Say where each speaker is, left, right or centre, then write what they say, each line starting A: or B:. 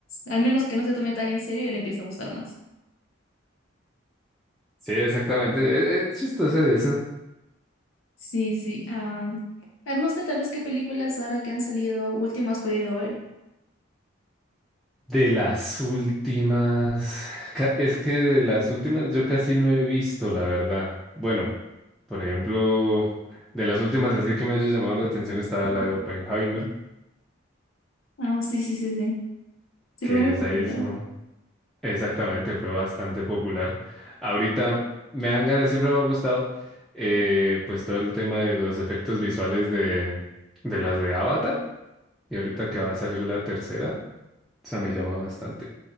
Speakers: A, on the left (about 75°); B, in the centre.
A: al menos que no se tome tan en serio, ya le empieza a gustar más.
B: sí, exactamente. Es, es chistoso eso.
A: Sí, sí. am, a ver, no sé, tal vez qué películas ahora que han salido últimas has podido ver.
B: De las últimas, ca- es que de las últimas yo casi no he visto, la verdad. Bueno, por ejemplo, de las últimas así que me haya llamado la atención estaba la de Oppenheimer,
A: Ah, sí, sí, sí, sí. Sí,
B: que
A: fue muy
B: esa
A: popular.
B: hizo. Exactamente, fue bastante popular. Ahorita me dan ganas, siempre me ha gustado, eh, pues todo el tema de los efectos visuales de, de las de Avatar. Y ahorita que va a salir la tercera, o sea, me llama bastante.